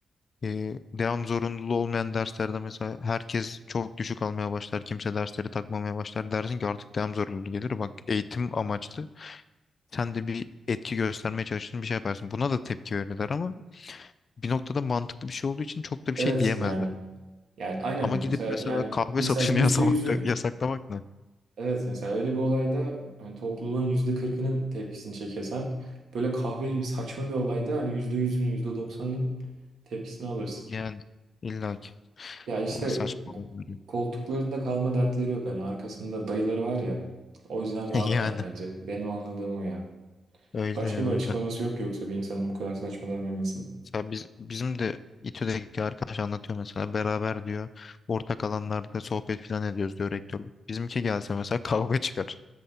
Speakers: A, on the left (about 50°); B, on the right (about 75°).
A: e, devam zorunluluğu olmayan derslerde mesela herkes çok düşük almaya başlar. Kimse dersleri takmamaya başlar. Dersin ki artık devam zorunluluğu gelir. Bak eğitim amaçlı Sen de bir etki göstermeye çalışırsın bir şey yaparsın. Buna da tepki verirler ama bir noktada mantıklı bir şey olduğu için çok da bir
B: Evet
A: şey diyemezler.
B: yani. Yani aynen
A: Ama gidip
B: mesela
A: mesela
B: yani
A: kahve
B: mesela
A: satışını
B: yüzde
A: <laughs> yasamak,
B: yüzün
A: yasaklamak ne?
B: evet mesela öyle bir olayda hani topluluğun yüzde kırkının tepkisini çekesen böyle kahve gibi saçma bir olayda hani yüzde yüzünün yüzde doksanının tepkisini alırsın.
A: Yani illaki.
B: Ya işte
A: Ya saçma oluyor.
B: koltuklarında kalma dertleri yok. Hani arkasında dayıları var ya. O yüzden rahatlar
A: <laughs> Yani
B: bence. Benim anladığım o ya.
A: öyle
B: Başka
A: öyle.
B: bir açıklaması yok yoksa bir insanın bu kadar saçma davranmasının. <laughs>
A: Mesela biz, bizim de İTÜ'deki arkadaş anlatıyor mesela beraber diyor ortak alanlarda sohbet falan ediyoruz diyor rektörlük. Bizimki gelse mesela <laughs> kavga çıkar.